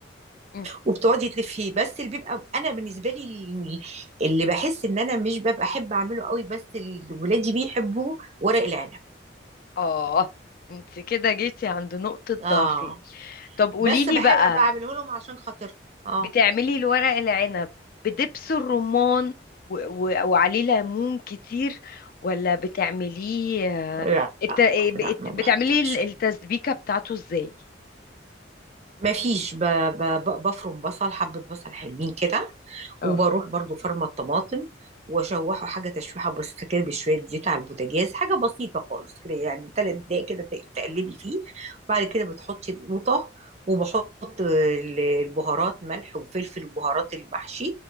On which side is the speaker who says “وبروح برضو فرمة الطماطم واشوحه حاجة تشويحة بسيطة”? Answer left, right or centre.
Right